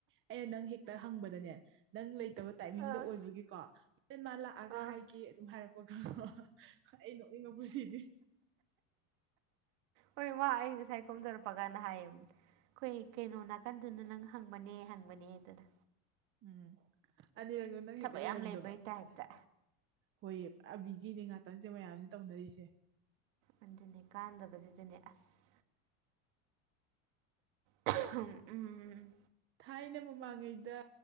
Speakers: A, on the right; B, on the right.
A: ꯑꯩꯅ ꯅꯪ ꯍꯦꯛꯇ ꯍꯪꯕꯗꯅꯦ ꯅꯪ ꯂꯩꯇꯕ ꯇꯥꯏꯃꯤꯡꯗ
B: ꯑꯥ
A: ꯑꯣꯏꯕꯒꯤꯀꯣ ꯔꯦꯟ ꯃꯥ ꯂꯥꯛꯑꯒ
B: ꯑꯥ
A: ꯍꯥꯏꯒꯦ ꯑꯗꯨꯝ ꯍꯥꯏꯔꯛꯄ ꯈꯪꯉꯕ ꯑꯩ ꯅꯣꯛꯅꯤꯡꯉꯛꯄꯁꯤꯗꯤ
B: ꯍꯣꯏ ꯃꯥ ꯑꯩ ꯉꯁꯥꯏ ꯀꯨꯝꯊꯔꯛꯄ ꯀꯥꯟꯗ ꯍꯥꯏꯌꯦ ꯑꯈꯣꯏ ꯀꯩꯅꯣ ꯅꯥꯀꯟꯗꯨꯅ ꯅꯪ ꯍꯪꯕꯅꯦ ꯍꯪꯕꯅꯦ ꯗꯅ
A: ꯎꯝ ꯑꯅꯤꯔꯛꯗꯣ ꯅꯪ
B: ꯊꯕꯛ
A: ꯍꯦꯛꯇ ꯂꯩꯔꯝꯗꯕ
B: ꯌꯥꯝ ꯂꯩꯕꯩ ꯇꯥꯏꯞꯇ
A: ꯍꯣꯏꯌꯦ ꯄꯨꯔ ꯕꯤꯖꯤꯅꯤ ꯉꯥꯛꯇꯪꯁꯦ ꯃꯌꯥꯝꯁꯦ ꯇꯧꯅꯔꯤꯁꯦ
B: ꯑꯗꯨꯅꯦ ꯀꯥꯟꯗꯕꯁꯤꯗꯅꯦ ꯑꯁ ꯍ ꯎꯝ ꯎꯝꯝ
A: ꯊꯥꯏꯅ ꯃꯃꯥꯡꯉꯩꯗ